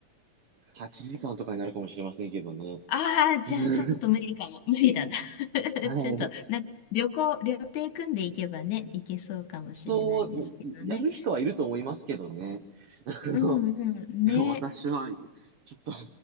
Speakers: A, on the right (about 60°); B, on the left (about 75°).
A: 8時間とかになるかもしれませんけどね。
B: ああ、じゃあちょっと無理かも。
A: うん。
B: 無理だな。<laughs>
A: はい。
B: ちょっと、なんか、旅行、旅程組んでいけばね、行けそうかもしれないですけどね。
A: そう、やる人はいると思いますけどね。<laughs> あの、
B: うんうん、
A: でも私は、
B: ね。
A: ちょっと、